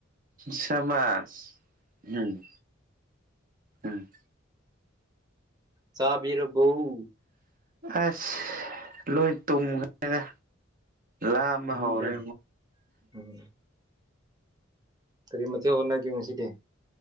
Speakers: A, on the right (about 45°); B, on the right (about 20°).
A: ꯁꯃꯁ ꯎꯝ ꯎꯝ
B: ꯆꯥꯕꯤꯔꯕꯎ
A: ꯑꯁ ꯂꯣꯏ ꯇꯨꯝꯒꯅꯤꯗ ꯂꯑꯝꯕ
B: ꯎꯝ
A: ꯍꯧꯔꯦ
B: ꯎꯝ ꯀꯔꯤ ꯃꯇꯦꯛ ꯍꯣꯠꯅꯒꯦ ꯉꯁꯤꯗꯤ